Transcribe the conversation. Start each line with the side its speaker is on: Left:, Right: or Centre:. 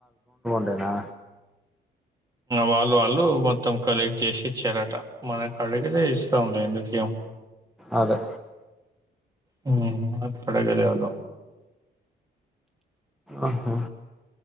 Centre: అంతేనా
Right: వాళ్ళు వాళ్ళు మొత్తం కలెక్ట్ చేసి ఇచ్చారట మన కాడికి ఇస్తాఎందుకు ఇయ్యం
Centre: అదె
Right: హు మనకు కడగాలే వాళ్ళు
Centre: అహా